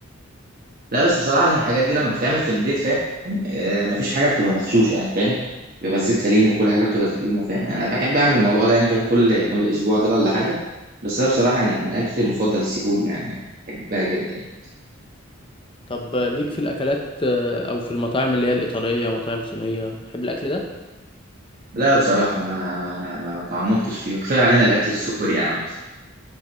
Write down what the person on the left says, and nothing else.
طب ليك في الأكلات آه، أو في المطاعم اللي هي الإيطالية مطاعم صينية بتحب الأكل ده؟